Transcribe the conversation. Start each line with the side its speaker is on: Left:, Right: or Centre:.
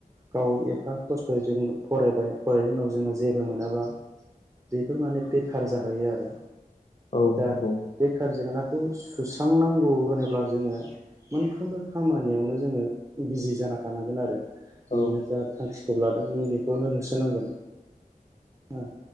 Right: गाव एफा खस्थ'यै जों फरायबाय फरायनायनि उनाव जोङो जेबो मोनाबा बेफोर माने बेखार जाहैयो आरो।
Left: औ
Right: दा
Left: नंगौ
Right: बेखार जेंनाखौ सुस्रांनांगौ होनोब्ला जोङो मोनफ्रोमबो खामानियावनो जोङो बिजि जाना थानांगोन आरो
Left: औ
Right: नोङो जा थांखि खौ लादों नों बेखौनो होसोनांगोन हो